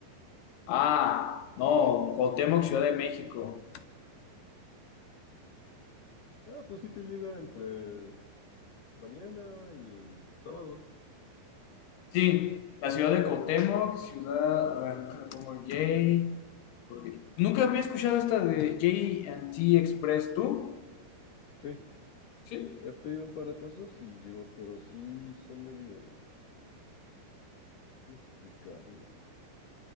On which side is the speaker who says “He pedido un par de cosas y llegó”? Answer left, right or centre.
Left